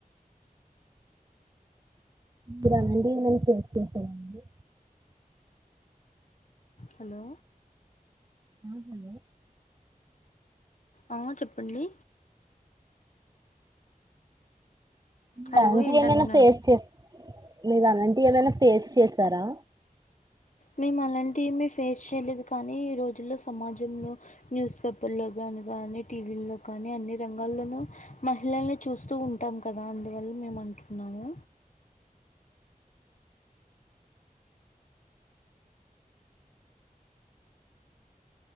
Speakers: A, on the right; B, on the left.
A: ఇరా న దీ మంచి చేస్తండి <unintelligible>
B: హలో
A: ఆ హలో
B: ఆ చెప్పండి
A: మీ
B: హలో
A: అంటి
B: ఏంటంటున్నారు
A: ఏమైనా ఫేస్ <unintelligible> మీరు అలాంటి ఏమైనా ఫేస్ చేసారా
B: మేము అలాంటివెమి ఫేస్ చేయలేదు కానీ ఈ రోజుల్లో సమాజంలో న్యూస్ పేపర్లో కానీ కానీ టీవీల్లో కానీ అన్ని రంగాల్లోనూ మహిళని చూస్తూ ఉంటాం కదా అందువల్ల మేము అంటున్నాము